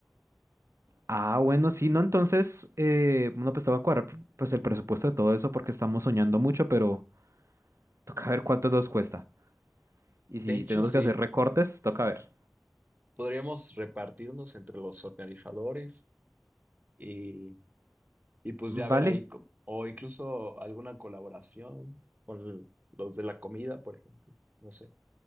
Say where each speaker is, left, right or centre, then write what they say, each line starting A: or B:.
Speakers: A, on the right (about 80°); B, on the right (about 35°).
A: Ah, bueno, sí, no, entonces, eh, bueno, pues te voy a cuadrar pues el presupuesto de todo eso porque estamos soñando mucho, pero toca ver cuánto nos cuesta. Y
B: De
A: si
B: hecho,
A: tenemos
B: sí.
A: que hacer recortes, toca ver.
B: Podríamos repartirnos entre los organizadores y Y pues ya ver
A: Vale,
B: ahí, co- o incluso alguna colaboración con los de la comida, por ejemplo. No sé.